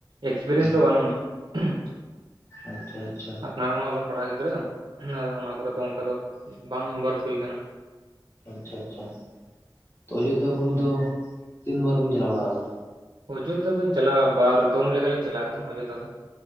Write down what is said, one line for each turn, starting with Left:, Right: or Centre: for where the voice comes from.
Right: ᱮᱠᱥᱯᱤᱨᱤᱭᱮᱱᱥ
Left: ᱟᱪᱪᱷᱟ
Right: ᱫᱚ ᱵᱟᱹᱱᱩᱜ <unintelligible>
Left: ᱟᱪᱪᱷᱟ ᱟᱪᱪᱷᱟ
Right: ᱚᱱᱟ ᱨᱮᱢᱟ ᱚᱞᱚᱜ ᱯᱟᱲᱦᱟᱜ ᱜᱤᱫᱽᱨᱟᱹ ᱟᱫᱚ ᱚᱱᱟ ᱠᱚᱨᱮᱫ ᱫᱚ ᱚᱱᱠᱟ ᱫᱚ ᱵᱟᱝ ᱤᱱᱵᱚᱞᱵᱷ ᱦᱩᱭ ᱟᱠᱟᱱᱟ
Left: ᱟᱪᱪᱷᱟ ᱟᱪᱪᱷᱟ ᱛᱚ ᱚᱡᱳᱫᱽᱫᱷᱟ ᱵᱩᱨᱩ ᱫᱚ ᱛᱤᱱ ᱵᱟᱨ ᱵᱤᱱ ᱪᱟᱞᱟᱣ ᱵᱟᱲᱟ ᱟᱠᱟᱱᱟ
Right: ᱚᱡᱳᱫᱽᱫᱷᱟ ᱫᱚᱧ ᱪᱟᱞᱟᱜᱼᱟ ᱵᱟᱨ ᱫᱚᱢ ᱞᱮᱠᱟ ᱞᱤᱧ ᱪᱟᱞᱟᱜ ᱠᱟᱱᱟ ᱚᱡᱳᱫᱽᱫᱷᱟ ᱫᱚ